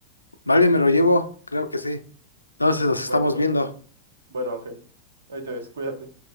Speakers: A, on the left (about 85°); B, on the right (about 65°).
A: vale, me lo llevo, creo que sí. Entonces nos estamos
B: Bueno, bueno.
A: viendo.
B: Bueno, Ángel, ahí te ves, cuídate.